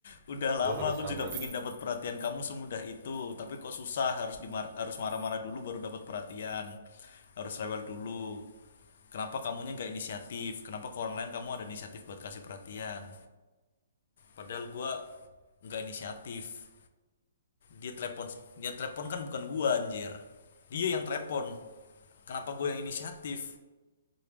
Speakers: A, on the left; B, on the right.
A: Udah lama
B: lu harus
A: aku
B: sabar
A: juga pingin dapat perhatian kamu semudah itu, tapi kok susah harus dimar harus marah-marah dulu baru dapat perhatian. Harus rewel dulu. Kenapa kamunya nggak inisiatif? Kenapa ke orang lain kamu ada inisiatif buat kasih perhatian? Padahal gua nggak inisiatif. Dia telepon, dia telepon kan bukan gua anjir. Dia yang telepon. Kenapa gue yang inisiatif?